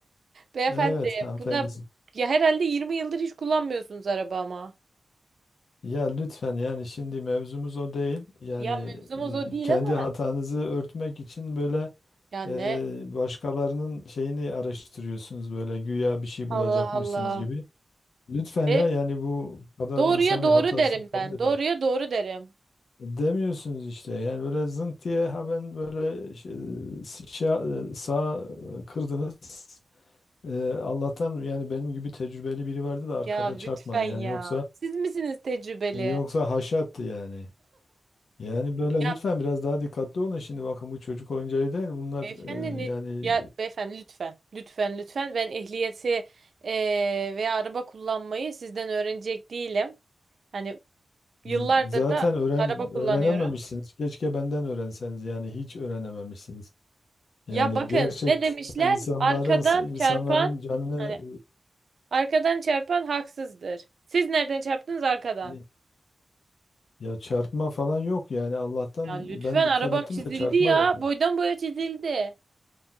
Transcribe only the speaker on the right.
Beyefendi
buna ya herhalde 20 yıldır hiç kullanmıyorsunuz araba ama.
Ya mevzumuz o değil
ama.
Ya ne?
Allah Allah.
E,
doğruya
doğru
derim
ben.
Doğruya doğru derim.
Ya lütfen
ya.
Siz misiniz tecrübeli?
Ya
beyefendi
ne?
Ya beyefendi lütfen. Lütfen lütfen. Ben ehliyeti e, veya araba kullanmayı sizden öğrenecek değilim. Hani yıllardır
da
araba kullanıyorum.
Ya bakın
ne demişler?
Arkadan
çarpan
hani arkadan çarpan haksızdır. Siz nereden çarptınız arkadan?
Ya lütfen
arabam
çizildi
ya.
Boydan boya çizildi.